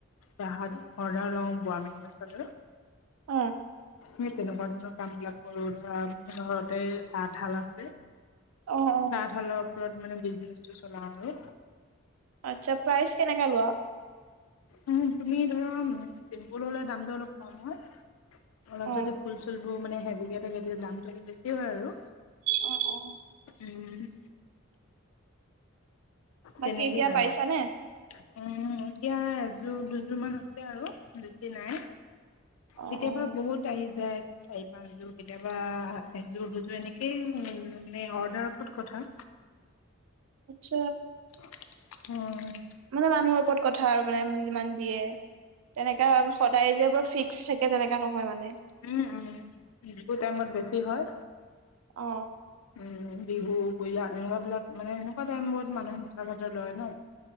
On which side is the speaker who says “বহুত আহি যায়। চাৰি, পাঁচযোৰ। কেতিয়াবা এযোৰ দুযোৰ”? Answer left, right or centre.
Left